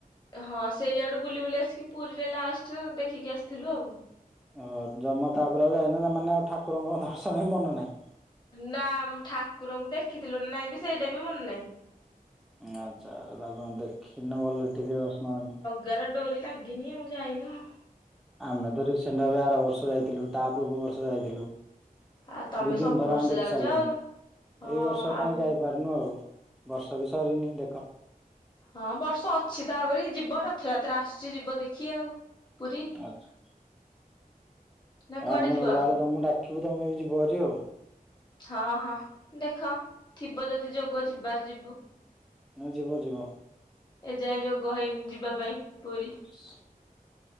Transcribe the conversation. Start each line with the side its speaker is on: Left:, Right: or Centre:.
Left: ହଁ ସେଇଆଡ଼ୁ ବୁଲି ବୁଲି ଆସିକି ପୁରୀରେ ଲାଷ୍ଟ ଦେଖିକି ଆସିଥିଲୁ ଆଉ।
Centre: ହ ଜମା ତାପରେ ଆଉ ଯାଇନ ସେମାନେ ଆଉ ଠାକୁରଙ୍କ ଦର୍ଶନ ବି ମନେ ନାହିଁ।
Left: ନାମ ଠାକୁରଙ୍କୁ ଦେଖିଥିଲୁ ନା ନାଇଁ ବି ସେଇଟା ବି ମନେ ନାହିଁ।
Centre: ଆଚ୍ଛା ତାହେଲେ ତମେ ଦେଖିନ ଭଲରେ ଟିକେ ଦର୍ଶନ କରୀନ।
Left: ଗାରଡୋରି ଲାଗିନି ଆଉ ଯାଇନୁ ଆଉ।
Centre: ଆମେ ତ ଠିକ ସେଣ୍ଡ ଆର ବର୍ଷ ଯାଇଥିଲୁ ତା ପୂର୍ବ ବର୍ଷ ଯାଇଥିଲୁ।
Left: ଆଉ ତମେ
Centre: ଦି ତିନ
Left: ସବୁ
Centre: ଥର
Left: ବର୍ଷ
Centre: ଆମେ ଦେଖି
Left: ଯାଉଛ
Centre: ସାରିଲୁଣି
Left: ଆଉ। ହଁ
Centre: ଏଇ ବର୍ଷ
Left: ଆମ୍
Centre: କାହିଁ ଯାଇ ପାରନୁ ଆଉ ବର୍ଷ ବି ସରିନି ଦେଖ
Left: ହଁ ବର୍ଷ ଅଛି ତାପରେ ଯିବ ରଥଯାତ୍ରା ଆସୁଛି ଯିବ ଦେଖି ଆଉ ପୁରୀ।
Centre: ଆଛ
Left: ନା
Centre: ଆଉ
Left: କୁଆଡ଼େ
Centre: ଆମେ
Left: ଯିବ
Centre: ଗଲାବେଳେ
Left: ଆଉ
Centre: ତମକୁ ଡାକିବୁ ତମେ ବି ଯିବହାରି ଆଉ।
Left: ହଁ ହଁ ଦେଖ ଥିବ ଯଦି ଯୋଗ ଯିବାର ଯିବୁ।
Centre: ହଁ ଯିବ ଯିବ।
Left: ଏ ଯାଏ ଯୋଗ ହେଇନି ଯିବା ପାଇଁ ପୁରୀ।
Centre: <inaudible>